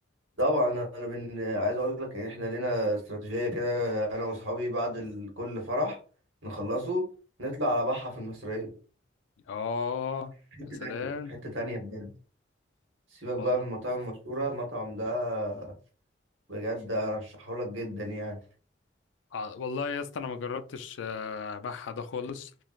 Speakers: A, on the right; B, on the left.
A: طبعا انا بن... عايز اقول لك ان احنا لينا استراتيجيه كده انا واصحابي بعد ال- كل فرح نخلصه نطلع على بحه في المصريه
B: اه
A: حته
B: يا سلام
A: تانية حته تانية بجد سيبك
B: والله.
A: بقى من المطاعم المشهوره المطعم ده بجد ارشحه لك جدا يعني
B: آه، والله يا اسطى انا ما جربتش آه، بحة ده خالص